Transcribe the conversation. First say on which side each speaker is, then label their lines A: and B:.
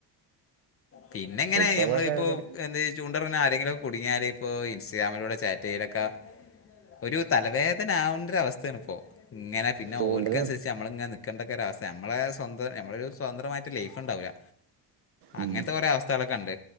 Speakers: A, on the left (about 30°); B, on the right (about 70°).
A: പിന്നെ എങ്ങനെ
B: ഇപ്പൊ
A: നമ്മളിപ്പോ
B: തന്നെ
A: എന്ത് ചൂണ്ടെറിയണ ആരെങ്കിലും ഒക്കെ കുടുങ്ങിയാല് ഇപ്പോ ഇൻസ്റ്റാഗ്രാമിലൂടെ ചാറ്റ് ചേലൊക്ക ഒരു തലവേദന ആകണ്ടര അവസ്ഥയാണ് ഇപ്പോ ഇങ്ങനെ പിന്നെ
B: ചൂണ്ടല്
A: ഓൽക്ക അനുസരിച്ച് നമ്മൾ ഇങ്ങന നിക്കേണ്ട ഒക്ക ഒരവസ്ഥ നമ്മളെ സ്വന്തം നമ്മളരു സ്വതന്ത്രമായിട്ട് ലൈഫ് ഉണ്ടാവില്ല
B: ഉം
A: അങ്ങനത്തെ കുറേ അവസ്ഥകളൊക്കെ ഉണ്ട്